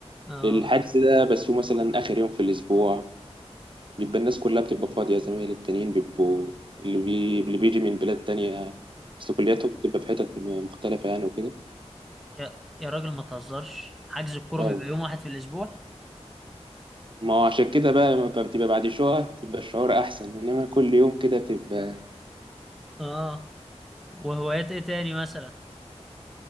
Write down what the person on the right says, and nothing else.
الحجز ده بس هو مثلا اخر يوم في الاسبوع بيبقى الناس كلها بتبقى فاضيه زمايلي التانيين بيبقوا اللي, بي... اللي بيجي من بلاد تانية اصل كلياتهم بتبقى في حتت مختلفه يعني وكده
اه
ما هو عشان كده بقى ما بتبقى بعد شويه بتبقى الشعور احسن انما كل يوم كده بتبقى